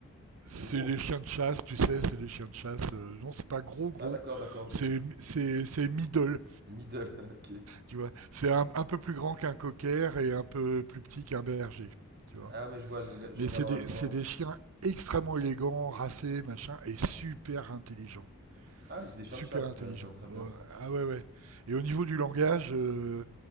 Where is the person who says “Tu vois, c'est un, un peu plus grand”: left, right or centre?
Right